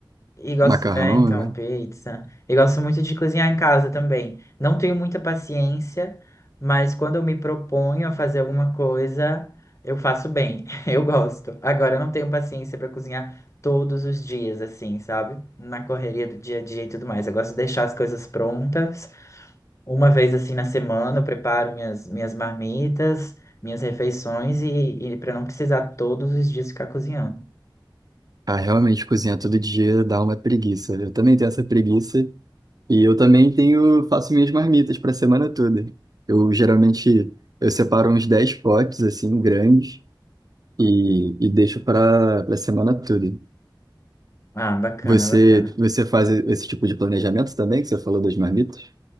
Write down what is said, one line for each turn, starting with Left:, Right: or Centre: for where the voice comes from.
Left: E gosto,
Right: macarrão,
Left: é, então,
Right: né?
Left: pizza. E gosto muito de cozinhar em casa também. Não tenho muita paciência, mas quando eu me proponho a fazer alguma coisa, eu faço bem. <laughs> Eu gosto. Agora, eu não tenho paciência para cozinhar todos os dias, assim, sabe? Na correria do dia a dia e tudo mais. Eu gosto de deixar as coisas prontas. Uma vez, assim, na semana, eu preparo minhas, minhas marmitas, minhas refeições e, e para não precisar todos os dias ficar cozinhando.
Right: Ah, realmente cozinhar todo dia dá uma preguiça. Eu também tenho essa preguiça e eu também tenho, faço minhas marmitas para a semana toda. Eu geralmente eu separo uns 10 potes assim grandes e, e deixo para para a semana toda.
Left: Ah, bacana,
Right: Você,
Left: bacana.
Right: você faz esse tipo de planejamento também, que você falou das marmitas?